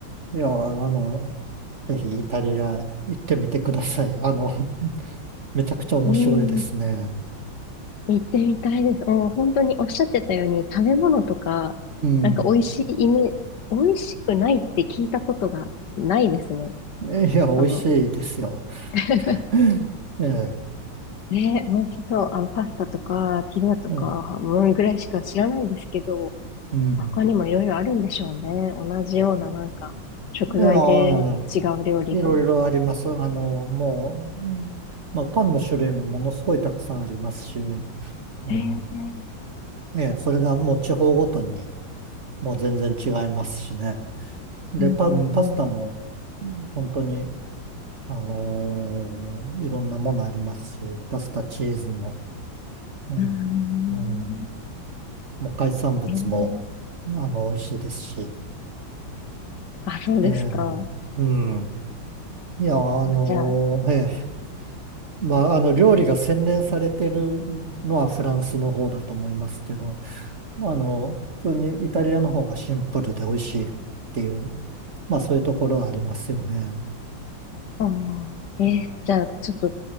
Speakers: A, on the right; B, on the left.
A: いや、あの、ぜひイタリア行ってみてください。あの、めちゃくちゃ面白いですね。
B: うん。行ってみたいです。もう本当におっしゃってたように食べ物とか、
A: うん。
B: なんか美味しいイメ、美味しくないって聞いたことがないですね。
A: いや、美味しいですよ。
B: その、<laughs>
A: <laughs> ええ、
B: ね、美味しそう。あの、パスタとか、ピザとか、
A: うん。
B: もうぐらいしか知らないですけど、
A: うん
B: 他にもいろいろあるんでしょうね。同じようななんか、食材で違う料理が。
A: いや、いろいろあります。あの、もう、うんまあ、パンの種類もものすごいたくさんありますし、う
B: えー、
A: ん、ええ、それがもう地方ごとにもう全然違いますしね。で、
B: うんうん
A: パン、パスタもうん本当に、あのーいろんなものありますし、パスタ、チーズも、ね、
B: うん。うん
A: うん、もう海産物も、
B: えー、
A: あの、美味しいですし、
B: あ、そうですか。
A: ええ、うん。いや、あのーええ
B: あじゃあ、
A: まあ、あの、料理が洗練されてるのはフランスの方だと思いますけど、まあ、あの、普通にイタリアの方がシンプルで美味しいっていう、まあ、そういうところはありますよね。
B: あもうえーじゃあ、ちょっと